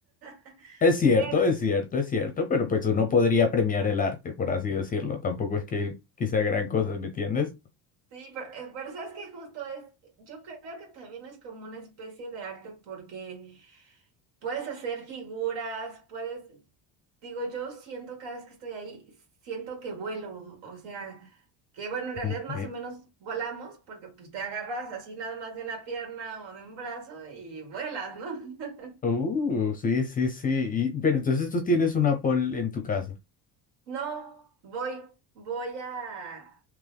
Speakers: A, on the right; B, on the left.
A: <laughs>
B: Es cierto,
A: Pero
B: es cierto, es cierto, pero pues uno podría premiar el arte, por así decirlo. Tampoco es que, que sea gran cosa, ¿me entiendes?
A: sí, pero, eh, pero sabes que justo es, yo creo que también es como una especie de arte porque puedes hacer figuras, puedes, digo, yo siento cada vez que estoy ahí, siento que vuelo, o sea, que bueno, en realidad
B: Ok.
A: más o menos volamos porque pues te agarras así nada más de una pierna o de un brazo y vuelas, ¿no?
B: Uh,
A: <laughs>
B: sí, sí, sí. Y, pero entonces tú tienes una pole en tu casa.
A: No, voy, voy a,